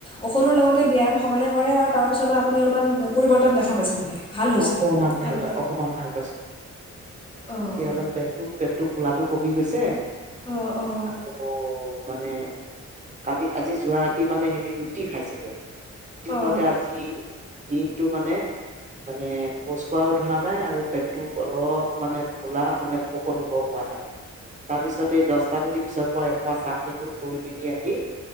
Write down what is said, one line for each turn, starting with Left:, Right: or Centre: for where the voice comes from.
Left: ঔষধৰ লগতে ব্যায়াম সমানে কৰে আৰু তাৰপিছত মই আপুনি অলপমান পৰিৱৰ্তন দেখা পাইছে মানে। ভাল হৈছে
Right: অকমান ভাল
Left: আগতকৈ
Right: পাই অকণমান ভাল পাইছোঁ।
Left: অঁ
Right: এতিয়া অলপ পেটটো পেটটো ফুলাটো কমি গৈছে।
Left: অঁ অঁ
Right: আকৌ মানে কালি আজি যোৱা ৰাতি মানে হেৰি ৰুটি খাইছিলোঁ। ৰুটি
Left: অঁ
Right: খোৱাতে আজি দিনটো মানে মানে শোজ কঢ়াও ধৰা নাই আৰু পেটটো অলপ মানে ফোলা মানে ভোক অনুভৱ হোৱা নাই। তাৰ পিছত এই দহটা বাজি পিছৰ পৰা এসুপা চাফ চিকুণ কৰি মেলি আহি